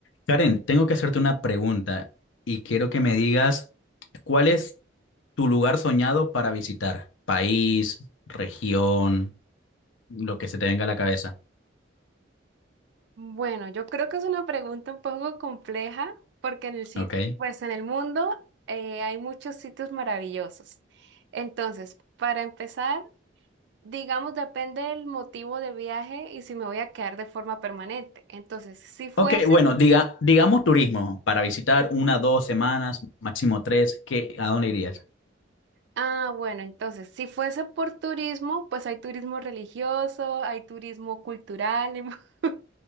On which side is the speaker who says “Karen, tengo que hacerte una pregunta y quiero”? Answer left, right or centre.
Left